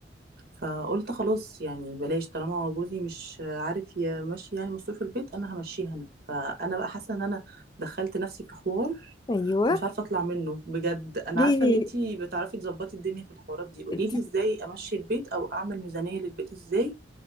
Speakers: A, on the right (about 55°); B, on the left (about 25°).
A: فقلت خلاص يعني بلاش طالما هو جوزي مش عارف يمشي يعني مصروف البيت أنا همشيها أنا فأنا بقى حاسة إن أنا دخلت نفسي في حوار
B: ايوه
A: مش عارفة أطلع منه بجد أنا
B: ليه
A: عارفة إن أنتي بتعرفي تظبطي الدنيا في الحوارات دي قوليلي
B: انت
A: إزاي أمشي البيت أو أعمل ميزانية للبيت إزاي